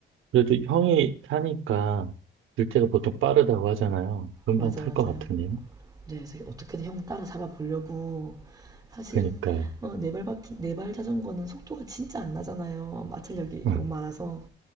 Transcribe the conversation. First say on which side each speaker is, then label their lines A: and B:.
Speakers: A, on the right; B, on the right.
A: 그래도 형이 타니까 둘째가 보통 빠르다고 하잖아요. 금방
B: 맞아,
A: 탈
B: 맞아요.
A: 것 같은데요?
B: 네, 그래서 어떻게든 형 따라 잡아보려고 사실은
A: 그니까요.
B: 어, 네발 바퀴, 네발 자전거는 속도가 진짜 안 나잖아요. 마찰력이
A: 응.
B: 너무 많아서